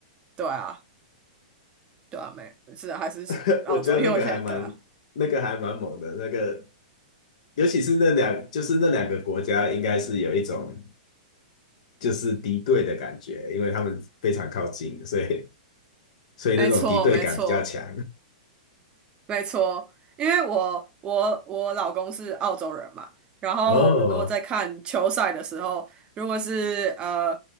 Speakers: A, on the right; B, on the left.
A: 对啊，对啊，没是的，还是喜澳洲，
B: <laughs> 我觉得那个还蛮那个还蛮猛的，
A: 因为我现在对啊，
B: 那个尤其是那两就是那两个国家应该是有一种就是敌对的感觉，因为他们非常靠近，所以所以那种敌对感比较强。
A: 没错没错。没错，因为我我我老公是澳洲人嘛，然后我们如果在看球赛的时候，
B: 哦，
A: 如果是呃，